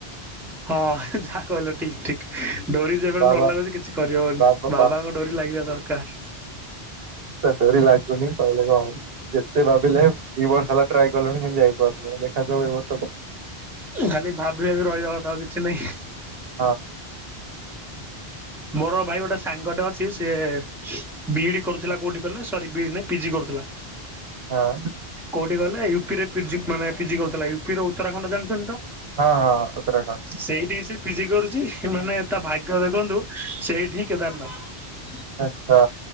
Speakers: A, in the centre; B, on the right.
A: ହଁ ଯାହା କହିଲ ଠିକ୍ ଠିକ୍ ଡୋରି ଯେବେଠୁ
B: ବାବା
A: ନ ଲାଗୁଛି କିଛି କରିହବନି
B: ବାବା
A: ବାବାଙ୍କ ଡୋରି ଲାଗିବା ଦରକାର।
B: ତା ଡୋରି ଲାଗୁନି ପହିଲ କ ଯେତେ ଭାବିଲେ ଦି ବର୍ଷ ହେଲା ଟ୍ରାଏ କଲଣି କେମିତି ଯାଇପାରୁୁନୁ ଦେଖାଯାଉ ଏବର୍ଷ।
A: ଖାଲି ଭାବି ଭାବି ରହିବା କଥା ଆଉ କିଛି ନାହିଁ।
B: ହଁ।
A: ମୋର ଭାଇ ଗୋଟେ ସାଙ୍ଗଟେ ଅଛି ସିଏ ବିଇଡି କରୁଥିଲା କୋଉଠି କହିଲ ସରି ବିଇଡି ନାହିଁ ପିଜି କରୁଥିଲା।
B: ହଁ।
A: କୋଉଠି କହିଲ ୟୁପିରେ ପିଜି କରୁଥିଲା ମାନେ ପିଜି କରୁଥିଲା ୟୁପି ର ଉତ୍ତରାଖଣ୍ଡ ଜାଣିଛନ୍ତି ତ।
B: ହଁ ହଁ ଉତ୍ତରାଖଣ୍ଡ।
A: ସେଇଠି ସେ ପିଜି କରୁଛି ମାନେ ତା ଭାଗ୍ୟ ଦେଖନ୍ତୁ ସେଇଠି ହିଁ କେଦାରନାଥ।
B: ଆଛା